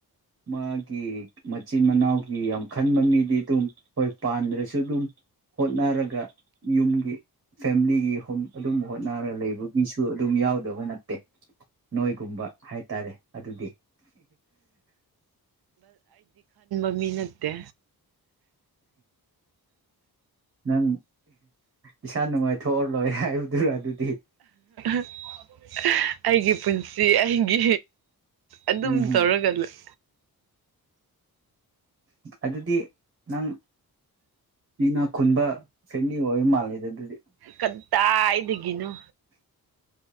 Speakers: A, on the right; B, on the right.
A: ꯃꯥꯒꯤ ꯃꯆꯤꯟ ꯃꯅꯥꯎꯒꯤ ꯌꯥꯝ ꯈꯟꯕ ꯃꯤꯗꯤ ꯑꯗꯨꯝ ꯍꯣꯏ ꯄꯥꯟꯗ꯭ꯔꯁꯨ ꯑꯗꯨꯝ ꯍꯣꯠꯅꯔꯒ ꯌꯨꯝꯒꯤ ꯐꯦꯃꯤꯂꯤꯒꯤ ꯑꯗꯨꯝ ꯍꯣꯠꯅꯔꯒ ꯂꯩꯕ ꯃꯤꯁꯨ ꯑꯗꯨꯝ ꯌꯥꯎꯗꯕ ꯅꯠꯇꯦ ꯅꯣꯏꯒꯨꯝꯕ ꯍꯥꯏꯇꯥꯔꯦ ꯑꯗꯨꯗꯤ
B: ꯀꯃꯤꯟꯅꯠꯇ
A: ꯅꯪ ꯏꯁꯥ ꯅꯨꯡꯉꯥꯏꯊꯣꯛꯑ ꯂꯣꯏ ꯍꯥꯏꯕꯗꯨꯔ ꯑꯗꯨꯗꯤ
B: <inaudible> ꯑꯩꯒꯤ ꯄꯨꯟꯁꯤ ꯑꯩꯒꯤ ꯑꯗꯨꯝ
A: ꯎꯝ
B: ꯇꯧꯔꯒ
A: ꯎꯝ
B: ꯂꯩ
A: ꯑꯗꯨꯗꯤ ꯅꯪ ꯃꯤꯅ ꯈꯨꯟꯕ ꯐꯦꯃꯤꯂꯤ ꯑꯣꯏꯕ ꯃꯥꯜꯂꯦꯗ ꯑꯗꯨꯗꯤ
B: ꯀꯠꯇ ꯏꯗꯒꯅꯨ